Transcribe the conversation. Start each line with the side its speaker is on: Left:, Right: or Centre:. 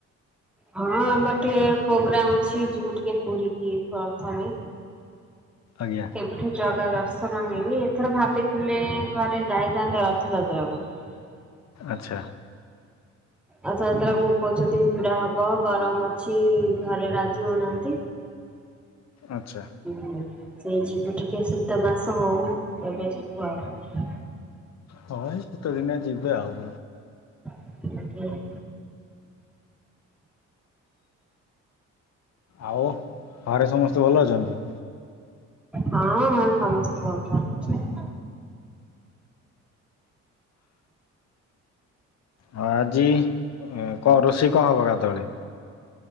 Centre: ହଁ ଆମର ଟିକେ ପ୍ରୋଗ୍ରାମ ଅଛି ଯିବୁ ଟିକେ ପୁରୀ କିି ପ୍ରଥମେ। <inaudible>
Left: ଆଜ୍ଞା।
Centre: କେବେଠୁ ଜଗା ଦର୍ଶନ ହେଇନି, ଏଥର ଭାବିଥିଲେ ଘରେ ଯାଇଥାନ୍ତେ ରଥଯାତ୍ରା କୁ। <unintelligible>
Left: ଆଚ୍ଛା।
Centre: ଆଛା ଯେତେବେଳେ କହୁଛନ୍ତି ପିଢା କହୁଛନ୍ତି ଭିଡା ହଟ ବ ଗରମ ଅଛି, ଘରେ ରାଜି ହଉନାହାନ୍ତି।
Left: ଆଚ୍ଛା।
Centre: ହୁଁ ସେଇଠିକି ଟିକେ ଶୀତ ମାସ ହଉ ଏବେ ଯିବୁ ଆଉ।
Left: ହଁ ଏ ସୀତ ଦିନଆ ଯିବେ ଆଉ।
Centre: ଆଉ।
Left: ଆଉ ଘରେ ସମସ୍ତେ ଭଲ ଅଛନ୍ତି?
Centre: ହଁ ସମସ୍ତେ ବହୁତ ଭଲ ଅଛନ୍ତି।
Left: ଅ ଆଜି କଣ ରୋଷେଇ କଣ ହବ ଗାଧୁଆବେଳେ।